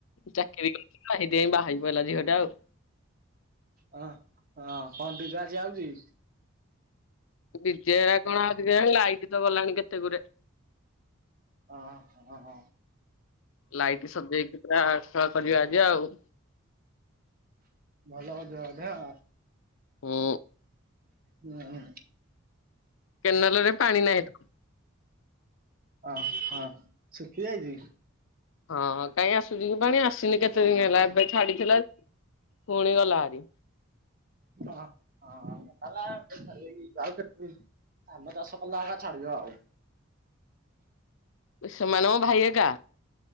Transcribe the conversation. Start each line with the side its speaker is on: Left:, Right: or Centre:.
Left: ଚାକିରୀ କରିଚି ତ ସେଇଥିପାଇଁ ବାହା ହେଇପଇଲା ଝିଅଟା ଆଉ।
Right: ହଁ ହଁ, କଣ ଡିଜେ ଆଜି ଆଉଛି?
Left: ଡିଜେ ହେରା କଣ ଆଉଛି କେଜାଣି, ଲାଇଟ ତ ଗଲାଣି କେତେ ଗୁରେ।
Right: ହଁ ହଁ।
Left: ଲାଇଟ୍ ସଜେଇକି ପୁରା ଖେଳ କରିବା ଆଜି ଆଉ।
Right: ଭଲ ହଉଥିବ ବୋଧେ ଆଉ?
Left: ହୁଁ।
Right: ହଁ।
Left: କେନାଲରେ ପାଣି ନାହିଁ ତ।
Right: ଅ ହଁ ଶୁଖି ଯାଇଛି?
Left: ହଁ କାହିଁ ଆସୁଛି କି ପାଣି, ଆସିନି କେତେ ଦିନ ହେଲା। ଏବେ ଛାଡିଥିଲା, ପୁଣି ଗଲା ହାରି।
Right: ଅ ହଁ <unintelligible> ଆଉ କେତେ ଦିନ? ଧାନ ଚାଷ କଲେ ଏକା ଛାଡିବ ଆଉ।
Left: ସେମାନଙ୍କ ଭାଇ ହେକା।